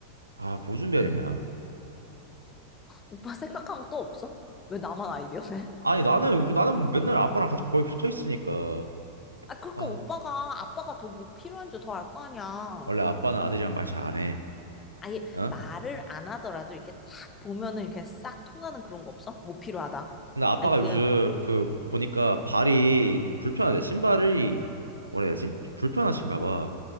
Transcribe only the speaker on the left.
오빠 생각한 것도 없어? 왜 나만 아이디어네?
아, 그러니까
오빠가 아빠가 더 뭐 필요한 줄 더 알 거 아니야.
아니,
말을 안 하더라도 이렇게 딱 보면은 이렇게 싹 통하는 그런 거 없어? 뭐 필요하다.
아니, 그게,
응,
응.